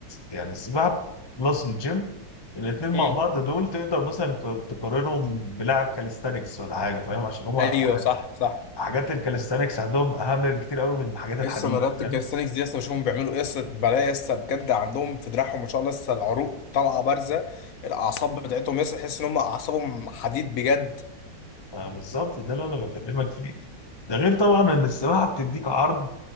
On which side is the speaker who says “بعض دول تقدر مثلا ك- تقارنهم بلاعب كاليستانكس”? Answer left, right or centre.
Left